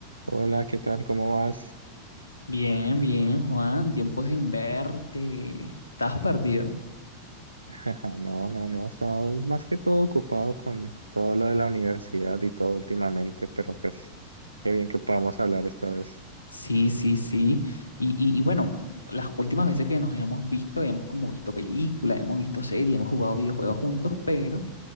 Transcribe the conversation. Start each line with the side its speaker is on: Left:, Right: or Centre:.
Right: Hola, ¿qué tal? ¿Cómo vas?
Left: Bien, bien, Juan, tiempo sin verte. Estabas perdido.
Right: <laughs> No, no, no, he estado más que todo ocupado con todo lo de la universidad y todo últimamente, pero pues qué bien que podamos hablar esta vez.
Left: Sí, sí, sí. Y, y, y bueno, las últimas veces que nos hemos visto, hemos como visto películas, hemos visto series, hemos jugado videojuegos juntos, pero